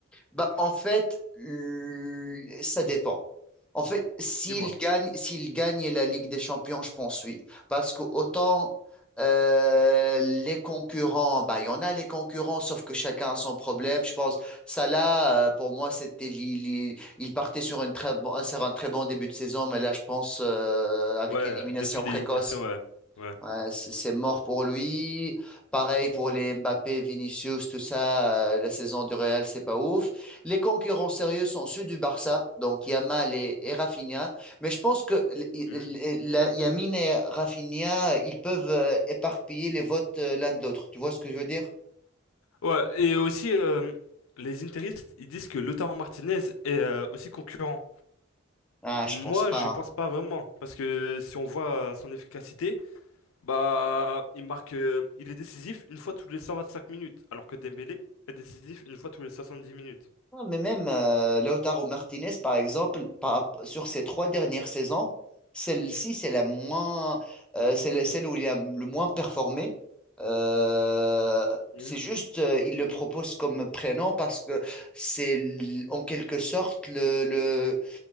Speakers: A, in the centre; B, on the left.
A: Bah, en fait, l- ça dépend. En fait, s'il
B: Dis-moi.
A: gagne, s'il gagne la Ligue des Champions, je pense oui. Parce que autant euh, les concurrents, bah, il y en a les concurrents, sauf que chacun a son problème. Je pense, Salah, euh, pour moi, c'était, li- li- il partait sur, une très bon- sur un très bon début de saison, mais là, je pense, euh, avec
B: Ouais,
A: l'élimination
B: depuis
A: précoce,
B: l'élimination, ouais. Ouais.
A: Ouais, c'est c'est mort pour lui. Pareil pour les Mbappé, Vinicius, tout ça. euh, la saison du Real, c'est pas ouf. Les concurrents sérieux sont ceux du Barça, donc Yamal et, et Rafinha. Mais je pense que l- il-
B: Mhm.
A: il- la- Yamin et Rafinha, ils peuvent euh, éparpiller les votes euh, l'un de l'autre. Tu vois ce que je veux dire?
B: Ouais, et aussi, euh, les interistes, ils disent que Lautaro Martinez est euh, aussi concurrent.
A: Ah,
B: Moi,
A: je pense pas.
B: je pense
A: hein.
B: pas vraiment, parce que si on voit son efficacité, bah, il marque, euh, il est décisif une fois tous les 125 minutes, alors que Dembélé est décisif une fois tous les 70 minutes.
A: Ah, mais même euh, Lautaro Martinez, par exemple, par rapp- sur ses trois dernières saisons, celle-ci, c'est la moins, euh, c'est la- celle où il a le moins performé. Euh,
B: Mmh.
A: c'est juste, euh, il le propose comme prénom parce que c'est l- en quelque sorte le, le